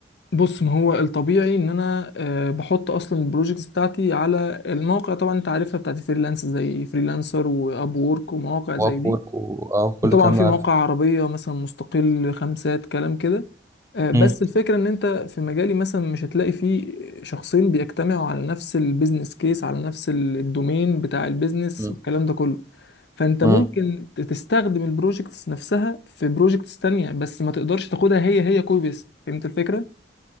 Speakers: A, on the left (about 65°); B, on the right (about 15°).
A: بص ما هو الطبيعي ان انا آه، بحط اصلا البروجكتس بتاعتي على المواقع طبعا انت عارفها بتاعت فريلانس زي فريلانسر واب وورك ومواقع زي
B: واب
A: دي
B: وورك وكل
A: وطبعا
B: الكلام
A: في
B: ده
A: مواقع
B: عارفه
A: عربية مثلا مستقل خمسات كلام كده آه، بس
B: مم.
A: الفكرة ان انت في مجالي مثلا مش هتلاقي فيه شخصين بيجتمعوا على نفس البيزنس كيس على نفس ال- الدومين بتاع البيزنس
B: مم.
A: والكلام ده كله فانت
B: مم.
A: ممكن ت- تستخدم البروجكتس نفسها في بروجكتس تانية بس ما تقدرش تاخدها هي هي كوبي بيست فهمت الفكرة؟